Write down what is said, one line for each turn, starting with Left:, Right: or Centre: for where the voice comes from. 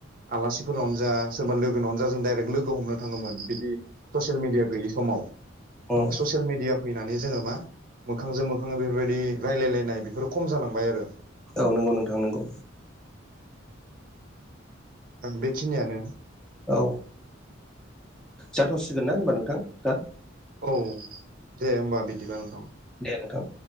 Right: आलासिफोरावनो जा सोरबा लोगोनावनो जा जों डायरेक्ट लोगो हमनो बिदि ससियेल मिडिया गैयि समाव
Centre: औ
Right: ससियेल मिडिया फैनानै जोङो मा मोखांजों मोखां बेफोरबायदि रायलायलायनाय बेफोरो खम जालांबाय आरो
Centre: औ नंगौ नोंथां नोंगौ।
Right: आं बेखिनियानो
Centre: औ जाथ'सिगोन ना होनबा नोंथां दा
Right: औ दे होनोमबा बिदिबा नोंथां।
Centre: दे नोंथां।